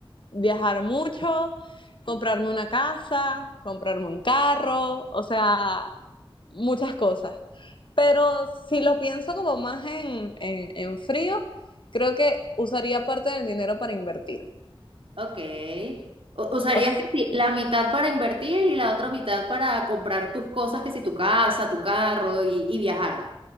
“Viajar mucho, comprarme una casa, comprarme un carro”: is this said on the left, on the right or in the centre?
Left